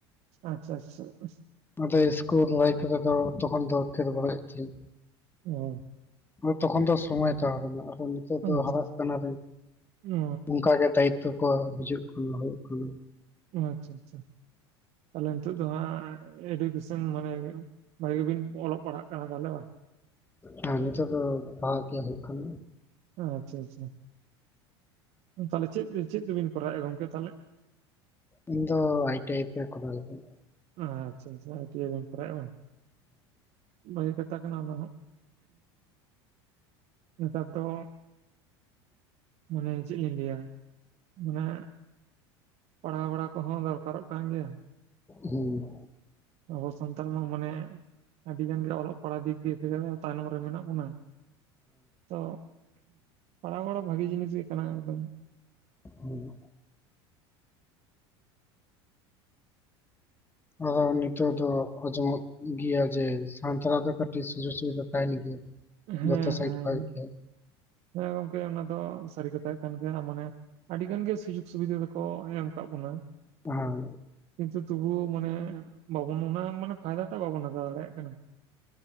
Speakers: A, on the right; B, on the left.
A: ᱟᱪᱪᱷᱟ <unintelligible>
B: ᱟᱞᱮ ᱤᱥᱠᱩᱞ ᱞᱟᱭᱤᱯᱷ ᱨᱮᱫᱚ ᱛᱚᱠᱷᱚᱱ ᱫᱚ ᱠᱷᱮᱞ ᱵᱟᱲᱟᱭ ᱦᱩᱭᱩᱜ ᱛᱟᱦᱤᱡ᱾
A: ᱚᱸ
B: ᱛᱚᱠᱷᱚᱱ ᱫᱚ ᱥᱚᱢᱚᱭ ᱛᱟᱦᱮ ᱠᱟᱱᱟ ᱟᱫᱚ ᱱᱤ- ᱛᱚᱜ ᱫᱚ
A: ᱟᱪᱪᱷᱟ
B: ᱦᱟᱨᱟᱜ ᱠᱟᱱᱟ ᱨᱮ᱾
A: ᱚ
B: ᱚᱱᱠᱟᱜ ᱜᱮ ᱫᱟᱭᱤᱛᱚ ᱠᱚ ᱦᱤᱡᱩᱜ ᱠᱟᱱᱟ ᱦᱩᱭᱩᱜ ᱠᱟᱱᱟ᱾
A: ᱟᱪᱪᱷᱟ ᱟᱪᱪᱷᱟ, ᱛᱟᱦᱚᱞᱮ ᱱᱤᱛᱚᱜ ᱫᱚ ᱦᱟᱸᱜ ᱮᱰᱩᱠᱮᱥᱚᱱ ᱢᱟᱱᱮ ᱵᱷᱟᱹᱜᱤ ᱜᱮᱵᱤᱱ ᱚᱞᱚᱜ ᱯᱟᱲᱦᱟᱜ ᱠᱟᱱᱟ ᱛᱟᱦᱚᱞᱮ ᱵᱟᱝ?
B: ᱦᱮᱸ ᱱᱤᱛᱚᱜ ᱫᱚ ᱯᱟᱲᱦᱟᱜ ᱜᱮ ᱦᱩᱭᱩᱜ ᱠᱟᱱ᱾
A: ᱟᱪᱪᱷᱟ ᱟᱪᱪᱷᱟ, ᱛᱟᱦᱚᱞᱮ ᱪᱮᱫ ᱵᱤᱱ ᱪᱮᱫ ᱫᱮᱵᱤᱱ ᱠᱚᱨᱟᱣᱮᱫ-ᱟ ᱜᱚᱝᱠᱮ ᱛᱟᱦᱚᱞᱮ?
B: ᱤᱧ ᱫᱚ ᱟᱭ ᱴᱤ ᱟᱭ ᱛᱮ ᱠᱚᱨᱟᱣ ᱫᱤᱧ᱾
A: ᱟᱪᱪᱷᱟ ᱟᱪᱪᱷᱟ ᱟᱭ ᱴᱤ ᱟᱭ ᱛᱮᱢ ᱠᱚᱨᱟᱣ ᱮᱜ-ᱟ ᱵᱟᱝ, ᱵᱷᱟᱹᱜᱤ ᱠᱟᱛᱷᱟ᱾ ᱠᱟᱱᱟ ᱚᱱᱟ ᱦᱚᱸ, ᱱᱮᱛᱟᱨ ᱫᱚ ᱢᱟᱱᱮ ᱪᱮᱫ ᱞᱤᱧ ᱞᱟᱹᱭᱟ ᱢᱟᱱᱮ ᱯᱟᱲᱦᱟᱣ ᱵᱟᱲᱟ ᱠᱚᱦᱚᱸ ᱫᱚᱨᱠᱟᱨᱚᱜ ᱠᱟᱱ ᱜᱮᱭᱟ᱾
B: ᱦᱩᱸ,
A: ᱟᱵᱚ ᱥᱟᱱᱛᱷᱟᱞ ᱢᱟ ᱢᱟᱱᱮ ᱟᱹᱰᱤ ᱜᱟᱱ ᱜᱮ ᱚᱞᱚᱜ ᱯᱟᱲᱦᱟᱜ ᱫᱤᱠ ᱫᱤᱭᱮ ᱛᱮᱜᱮ ᱛᱟᱭᱱᱚᱢ ᱨᱮ ᱢᱮᱱᱟᱜ ᱵᱚᱱᱟ᱾ ᱛᱚ ᱯᱟᱲᱦᱟᱣ ᱵᱟᱲᱟ ᱵᱷᱟᱹᱜᱤ ᱡᱤᱱᱤᱥ ᱜᱮ ᱠᱟᱱᱟ ᱮᱠᱫᱚᱢ᱾
B: ᱦᱩᱸ <unintelligible> ᱱᱤᱛᱚᱜ ᱫᱚ ᱟᱸᱡᱚᱢᱚᱜ ᱜᱮᱭᱟ ᱡᱮ ᱥᱟᱱᱛᱟᱲ ᱟᱜ ᱫᱚ ᱠᱟᱹᱴᱤᱡ ᱥᱩᱡᱳᱜᱽ ᱥᱩᱵᱤᱫᱟ ᱛᱟᱦᱮᱸᱱ ᱜᱮᱭᱟ᱾
A: ᱦᱮᱸ
B: ᱡᱚᱛᱚ
A: ᱦᱮᱸ
B: ᱥᱟᱭᱤᱰ
A: ᱦᱮᱸ
B: ᱠᱷᱚᱡ ᱜᱮ
A: ᱦᱮᱸ ᱜᱚᱝᱠᱮ ᱚᱱᱟ ᱫᱚ ᱥᱟᱹᱨᱤ ᱠᱟᱛᱷᱟ ᱠᱟᱱ ᱜᱮᱭᱟ᱾ ᱢᱟᱱᱮ ᱟᱹᱰᱤ ᱜᱟᱱ ᱜᱮ ᱥᱩᱡᱳᱜᱽ ᱥᱩᱵᱤᱫᱷᱟ ᱫᱚ- ᱠᱚ ᱮᱢ ᱟᱠᱟᱫ ᱵᱚᱱᱟ᱾
B: ᱦᱮᱸ
A: ᱠᱤᱱᱛᱩ ᱛᱚᱵᱩᱣ ᱢᱟᱱᱮ ᱵᱟᱵᱚᱱ ᱚᱱᱟ ᱢᱟᱱᱮ ᱯᱷᱟᱭᱫᱟ ᱴᱟᱜ ᱵᱟᱵᱚᱱ ᱦᱟᱛᱟᱣ ᱫᱟᱲᱮᱭᱟᱜ ᱠᱟᱱᱟ᱾